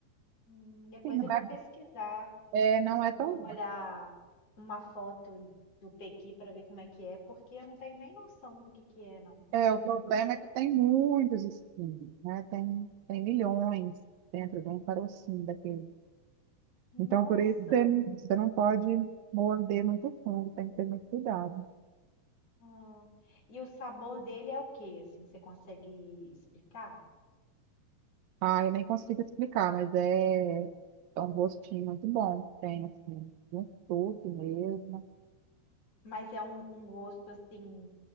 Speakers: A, on the left; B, on the right.
A: Hum, depois
B: Sim, não
A: eu vou
B: é,
A: pesquisar.
B: é, não é tão
A: Vou
B: bom.
A: olhar uma foto do Pequi para ver como é que é, porque eu não tenho nem noção do que que é, não.
B: É,
A: Para
B: o
A: mim
B: problema
A: é.
B: é que tem muitos espinhos, né? Tem, tem milhões dentro de um carocinho daquele. Então,
A: Nossa!
B: por isso, você, você não pode morder muito fundo, tem que ter muito cuidado.
A: hum. E o sabor dele é o que? Assim, você consegue explicar?
B: Ah, eu nem consigo explicar, mas é, é um gostinho muito bom. Tem, assim, um suco mesmo.
A: Mas é um, um gosto assim